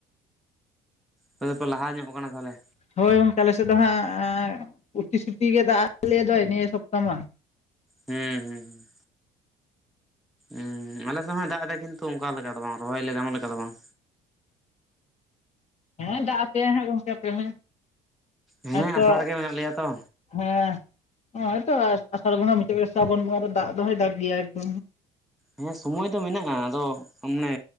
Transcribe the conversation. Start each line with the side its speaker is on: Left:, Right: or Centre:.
Centre: ᱟᱯᱮ ᱫᱚ ᱯᱮ ᱞᱟᱦᱟ ᱧᱚᱜ ᱠᱟᱱᱟ ᱛᱟᱦᱞᱮ?
Left: ᱦᱳᱭ ᱜᱚᱝᱠᱮ ᱟᱞᱮᱥᱮᱫ ᱫᱚ ᱦᱟᱸᱜ ᱩᱛᱤ ᱥᱩᱴᱤ ᱜᱮ ᱫᱟᱜ ᱟᱞᱮ ᱫᱚ ᱱᱤᱭᱟᱹ ᱥᱚᱯᱛᱟᱢᱟ᱾
Centre: ᱦᱩᱸ ᱦᱩᱸ ᱦᱸᱩ ᱚᱸ ᱟᱞᱮ ᱥᱮᱫ ᱦᱚᱸ ᱫᱟᱜ ᱮ ᱠᱤᱱᱛᱩ ᱚᱝᱠᱟ ᱞᱮᱠᱟ ᱫᱚ ᱵᱟᱝ ᱨᱚᱦᱚᱭ ᱞᱮ ᱜᱟᱱᱚᱜ ᱞᱮᱠᱟ ᱫᱚ ᱵᱟᱝ᱾
Left: ᱦᱮᱸ ᱫᱟᱜ ᱟᱯᱮᱭᱟᱭ ᱦᱟᱸᱜ ᱜᱚᱝᱠᱮ ᱟᱯᱮ ᱦᱚᱸ
Centre: ᱦᱮᱸ
Left: ᱛᱚ
Centre: ᱟᱥᱟ ᱨᱮᱜᱮ ᱢᱮᱱᱟᱜ ᱞᱮᱭᱟ ᱛᱚ᱾
Left: ᱦᱮᱸ ᱦᱚᱸᱜᱼᱚᱭ ᱛᱚ ᱟᱥᱟᱲ ᱵᱚᱸᱜᱟ ᱢᱩᱪᱟᱹᱜ ᱥᱨᱟᱵᱚᱱ ᱵᱚᱸᱜᱟ ᱫᱟᱜ ᱫᱚ ᱦᱚᱸᱭ ᱫᱟᱜ ᱜᱮᱭᱟᱭ ᱛᱚ᱾
Centre: ᱦᱮᱸ ᱥᱚᱢᱚᱭ ᱫᱚ ᱢᱮᱱᱟᱜᱼᱟ ᱟᱫᱚ ᱢᱟᱱᱮ